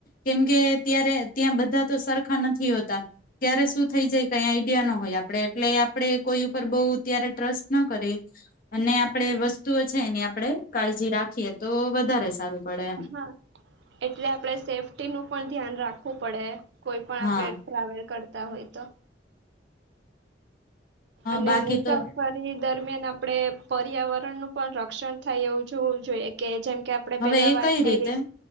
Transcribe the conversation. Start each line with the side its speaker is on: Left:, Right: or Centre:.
Left: કેમકે ત્યારે ત્યાં બધા તો સરખા નથી હોતા ત્યારે શું થઈ જાય કઈ આઈડિયા ન હોય આપણે એટલે આપે કોઈ ઉપર બહુ ત્યારે ટ્રસ્ટ ન કરી અને આપણેે વસ્તુઓ છે એની આપણેે કાળજી રાખીએ તો વધારે સારું. પડે એમ
Right: હા એટલે આપડે સેફ્ટી નું પણ ધ્યાન રાખ પડે. કોઈ પણ
Left: હા
Right: આપણે ટ્રાવેલ કરતા, તા હોય તો અને
Left: બાકી
Right: મુસાફરી
Left: તો
Right: દરમિયાન આપણે પર્યાવરણનું પણ રક્ષણ થાય એવું જોવું જોઈએ કે જેમ કે આપડે
Left: હવે
Right: પેલા
Left: એ
Right: વાત
Left: કઈ
Right: કરી
Left: રીતે
Right: એમ